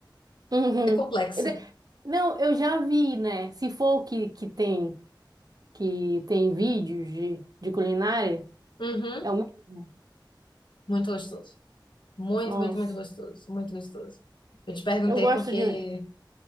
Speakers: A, on the right (about 50°); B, on the left (about 75°).
A: Uhum.
B: É complexo.
A: Ele- Não, eu já vi, né? Se for o que, que tem que tem vídeos de, de culinária,
B: Uhum,
A: é o mesmo.
B: muito gostoso. Muito,
A: Nossa,
B: muito, muito gostoso. Muito gostoso. Eu te perguntei
A: eu gosto
B: porque
A: de.